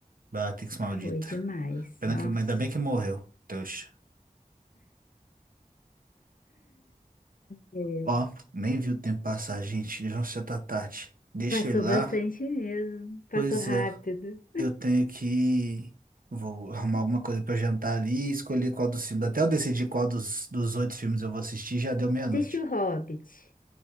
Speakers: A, on the right; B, on the left.
A: Bellatrix maldita.
B: foi demais.
A: Pena
B: Nossa.
A: que, ainda bem que morreu. Deus.
B: É,
A: Ó, nem vi o tempo passar, gente. Já já tá tarde. Deixa
B: passou
A: eu ir lá.
B: bastante mesmo. Passou
A: Pois
B: rápido.
A: é, eu tenho que. Vou arrumar alguma coisa pra eu jantar ali e escolher qual dos filmes. Até eu decidir qual dos, dos oito filmes eu vou assistir, já deu meia-noite.
B: Assiste o Hobbit.